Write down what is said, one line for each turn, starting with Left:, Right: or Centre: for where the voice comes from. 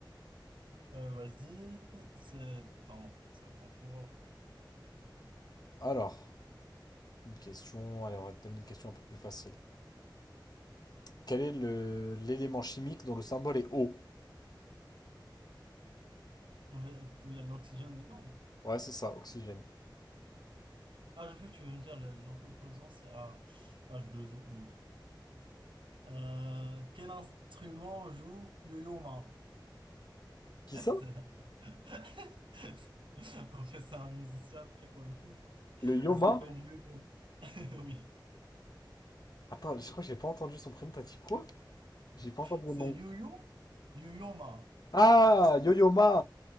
Right: Euh, vas-y. C'est dans. Ça, Attends, tu vois.
Left: Alors, une question, allez, on va te donner une question un peu plus facile. Quel est le l'élément chimique dont le symbole est O?
Right: Où il y a de l'oxygène dedans.
Left: Ouais, c'est ça, oxygène.
Right: Ah, j'ai cru que tu veux me dire le- en composant, c'est ah, h deux o mais bon. Euh, quel instrument joue Yo-Yo Ma?
Left: Qui
Right: <laughs>
Left: ça?
Right: C'est- <laughs> En fait, c'est un musicien très connu.
Left: Le yoma?
Right: Il s'appelle Yo-Yo. <laughs> Oui.
Left: Attends, je crois que j'ai pas entendu son prénom, t'as dit quoi? J'ai pas entendu le
Right: C'est
Left: nom.
Right: Yo-Yo? Yo-Yo Ma.
Left: Ah, yo-yoma!